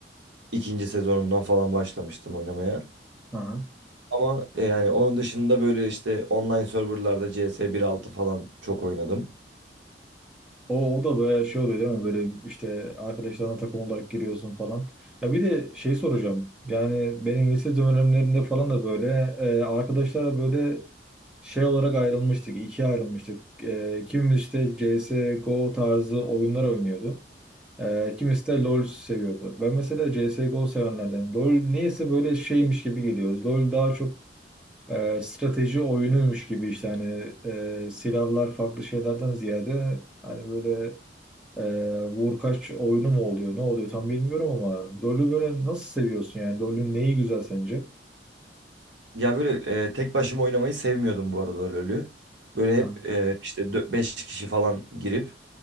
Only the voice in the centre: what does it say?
Hı
O, o da böyle şey oluyor değil mi? Böyle işte arkadaşlarına takım olarak giriyorsun falan. Ya bir de şey soracağım. Yani benim lise dönemlerinde falan da böyle e, arkadaşlara böyle şey olarak ayrılmıştık. ikiye ayrılmıştık. E, kimimiz işte CSGO tarzı oyunlar oynuyordu. E, kimisi de LoL seviyordu. Ben mesela CSGO sevenlerden. LoL neyse böyle şeymiş gibi geliyoruz. LoL daha çok e, strateji oyunuymuş gibi işte hani e, silahlar farklı şeylerden ziyade hani böyle ee, vurkaç oyunu mu oluyor? Ne oluyor tam bilmiyorum ama LoL'ü böyle nasıl seviyorsun yani? LoL'ün neyi güzel sence?
Ha.